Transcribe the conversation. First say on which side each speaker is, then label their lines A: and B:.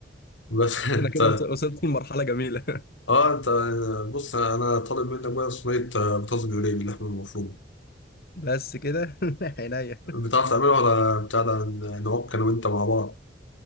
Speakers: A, on the left (about 85°); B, on the left (about 55°).
A: بس <laughs>
B: انا كده
A: انت
B: وص- وصلت لمرحلة جميلة
A: اه انت بص انا طالب منك بقى صينيه آه، بطاطس بيوريه باللحمه المفرومه
B: <laughs> بس كده <laughs> عينيا
A: بتعرف تعملها ولا بتاع ده ن- نعك انا وانت مع بعض